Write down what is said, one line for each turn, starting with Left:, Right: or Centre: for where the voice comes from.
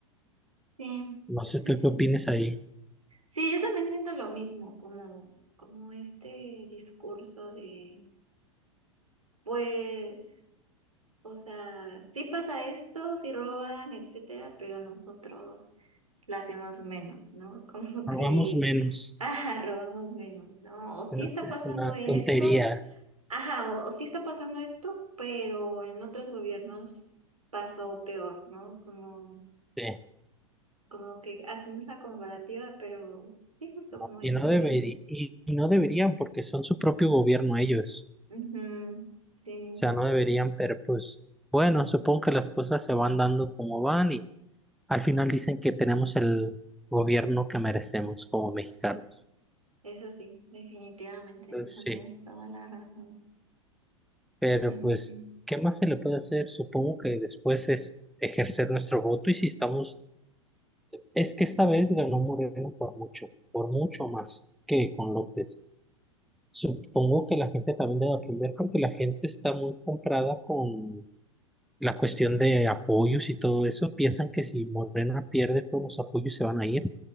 Right: sí,
Centre: No sé tú
Right: sí, sí.
Centre: qué opinas ahí.
Right: sí, yo también siento lo mismo, como, como este discurso de, pues, o sea, sí pasa esto, sí roban, etcétera, pero nosotros lo hacemos menos, ¿no? <laughs> Como
Centre: Hagamos
Right: que,
Centre: menos,
Right: ajá, robamos menos, ¿no? O sí
Centre: es
Right: está
Centre: una
Right: pasando
Centre: es una
Right: esto,
Centre: tontería.
Right: ajá, o, o sí está pasando esto, pero en otros gobiernos pasó peor, ¿no? Como,
Centre: sí.
Right: como que hacen esa comparativa, pero sí, justo
Centre: ¿no?
Right: como dices,
Centre: Y no
Right: muy,
Centre: deberí-
Right: bien.
Centre: y y no deberían porque son su propio gobierno ellos.
Right: ujú, sí,
Centre: O sea, no deberían, pero pues bueno, supongo que las cosas se van dando como van y al final dicen que tenemos el gobierno que merecemos como mexicanos.
Right: eso sí, definitivamente,
Centre: Entonces,
Right: en eso tienes
Centre: sí,
Right: toda la razón.
Centre: pero
Right: Ujú.
Centre: pues, ¿qué más se le puede hacer? Supongo que después es ejercer nuestro voto y si estamos, es que esta vez ganó Moreno por mucho, por mucho más que con López. Supongo que la gente también debe aprender porque la gente está muy comprada con la cuestión de apoyos y todo eso, piensan que si Morena pierde todos los apoyos se van a ir,